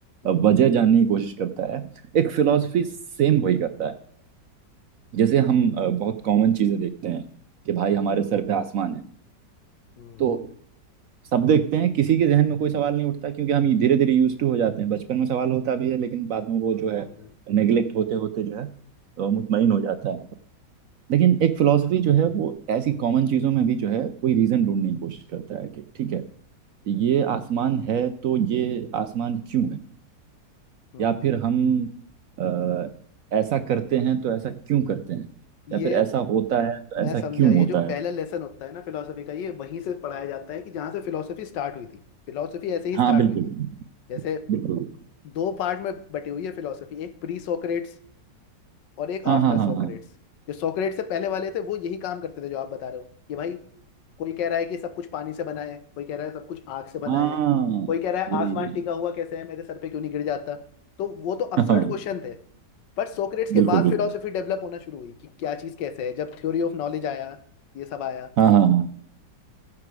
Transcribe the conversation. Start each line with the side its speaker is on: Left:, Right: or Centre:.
Left: हम्म
Right: वजह जानने की कोशिश करता है एक फिलॉसफी सेम वही करता है जैसे हम अ, बहुत कॉमन चीजें देखते हैं कि भाई हमारे सर पे आसमान है
Left: हम्म
Right: तो सब देखते हैं किसी के जहन में कोई सवाल नहीं उठता क्योंकि हम धीरे धीरे यूज टू हो जाते हैं बचपन में सवाल होता भी है लेकिन बाद में वो
Left: हम्म
Right: जो है नेग्लेक्ट होते होते जो है अ,
Left: हम्म,
Right: मुतमईन हो जाता है लेकिन एक फिलोसफी जो है वो ऐसी कॉमन चीजों में भी जो है कोई रीजन ढूंढने की कोशिश करता है कि ठीक है ये आसमान है तो ये आसमान क्यों है
Left: हम्म।
Right: या फिर हम अ, ऐसा करते हैं तो ऐसा क्यों करते हैं
Left: ये
Right: या फिर ऐसा होता है तो
Left: मैं
Right: ऐसा
Left: समझा
Right: क्यों
Left: ये
Right: होता
Left: जो पहला
Right: है
Left: लेसन होता है ना फिलोसफी का ये वहीं से पढ़ाया जाता है कि जहाँ से फिलोसफी स्टार्ट हुई थी फिलोसफी ऐसे ही
Right: हाँ
Left: स्टार्ट
Right: बिल्कुल
Left: हुई थी
Right: बिल्कुल
Left: जैसे
Right: बिल्कुल बिल्कुल।
Left: दो पार्ट में बटी हुई है फिलोसफी एक प्री सोक्रेट्स और एक
Right: हाँ
Left: आफ्टर
Right: हाँ हाँ
Left: सोक्रेट्स
Right: हाँ
Left: जो सोक्रेट्स से पहले वाले थे वो यही काम करते थे जो आप बता रहे हो कि भाई कोई कह रहा है कि सब कुछ पानी से बना है कोई कह रहा है सब कुछ आग से बना
Right: हाँ
Left: है कोई कह रहा है
Right: यही
Left: आसमान
Right: यही
Left: टिका हुआ कैसे है मेरे सर पे क्यों नहीं गिर जाता तो वो तो अपसर्ड
Right: हाँ
Left: क्वेश्चन थे बट सोक्रेट्स के
Right: बिल्कुल
Left: बाद
Right: बिल्कुल
Left: फिलोसफी डेवलप होना शुरू हुई कि क्या चीज़ कैसे है जब थ्योरी ऑफ नॉलेज आया ये सब आया
Right: हाँ हाँ हाँ